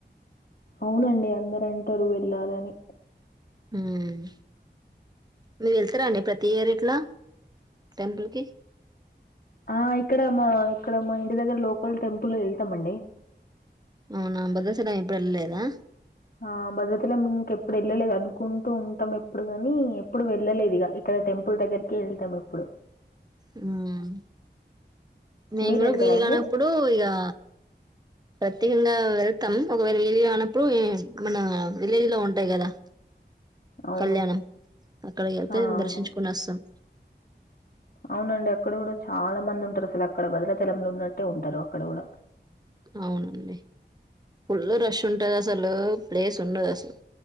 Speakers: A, on the left; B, on the right.
A: అవునండి అందరంటారు వెళ్ళాలని
B: హ్మ్ మీరు ఎళ్తారా అండి ప్రతి ఇయర్ ఇట్ల టెంపుల్కి
A: ఆ ఇక్కడ మా ఇక్కడ మా ఇంటి దగ్గర లోకల్ టెంపుల్ కి ఎళ్తామండి
B: అవునా భద్రచలం ఎప్పుడు ఎళ్ళలేదా
A: ఆ భద్రచలం ఇంకెప్పుడు ఎళ్ళలేదు అనుకుంటూ ఉంటాం ఎప్పుడు గానీ ఎప్పుడు వెళ్ళలేదు ఇగ ఇక్కడ టెంపుల్ దగ్గరికి ఎళ్తాం ఎప్పుడు
B: హ్మ్ నేను
A: మీరు
B: కూడా
A: వెళ్తారా
B: వీలుగానప్పుడు
A: అండి
B: ఇగా ప్రత్యేకంగా వెల్కమ్ ఒకవేళ ఇలుగానప్పుడు మన విలేజ్లో ఉంటాయ్ కదా
A: అవును
B: కళ్యాణం అక్కడికి ఎళ్తే
A: ఆ అవును
B: దర్శించుకుని వస్తాం
A: అవునండి అక్కడ కూడా చాలా మంది ఉంటారు అసలు అక్కడ భద్రాచలంలో ఉన్నట్టే ఉంటారు అక్కడ కూడా
B: అవునండి ఫుల్ రష్ ఉంటది అసలు ప్లేస్ ఉండదు అసలు